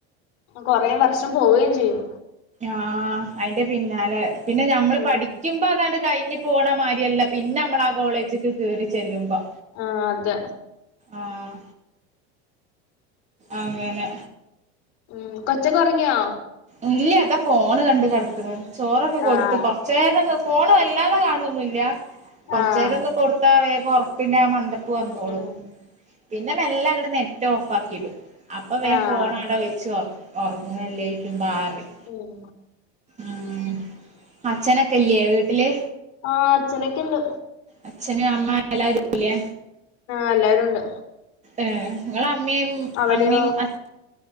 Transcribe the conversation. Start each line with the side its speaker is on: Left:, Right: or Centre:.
Left: കൊറേ വർഷം പോവേം ചെയ്യും
Right: ആഹ് അയ്ന്റെ പിന്നാലെ പിന്നെ ഞമ്മള്
Left: ഉം
Right: പഠിക്യുമ്പം അതാണ്ട് കയ്ഞ്ഞ് പോണാ മാര്യല്ല ഇപ്പോ പിന്നെ നമ്മള് ആഹ് കോളേജിക്ക് കേറി ചെല്ലുമ്പോ
Left: ആഹ് അതെ.
Right: ആഹ് അങ്ങനെ
Left: ഉം കൊചോക്കെ ഒർങ്ങ്യോ?
Right: ഇല്ല്യ ഇതാ ഫോണ് കണ്ട് കെട്ക്ക്ണ് ചോറൊക്കെ കൊടുത്ത്
Left: ആഹ്
Right: കൊ കുറച്ചേരൊന്ന് ഫോൺ വേല്ലാതെ കാണൊന്നില്ല കൊറച്
Left: ആഹ്
Right: നേരൊന്നും കൊടുത്താ വേഗം ഒറ പിന്നെ ആ മന്തപ്പ് വന്നോളും.
Left: ഉം ഉം
Right: പിന്നെ മെല്ലേ അങ്ങട് നെറ്റ് ഓഫ് ആക്കിടും. അപ്പൊ വേം
Left: ആഹ്
Right: ഫോണ് അവിടേ വെച്ച് ഉറങ്ങല്ലക്കുമ്പോ ആ പറിം
Left: ഉം
Right: ആഹ് അച്ഛനൊക്കെ ഇല്ലേ വീട്ടില്
Left: ആഹ് അച്ഛനൊക്കെണ്ട്.
Right: അച്ഛനും അമ്മേം എല്ലാരുല്ലേ?
Left: ആഹ് എല്ലാരുംണ്ട്
Right: ഏഹ് ഇങ്ങൾ അമ്മേം
Left: അവിടെയോ
Right: അമ്മേ മ് അച്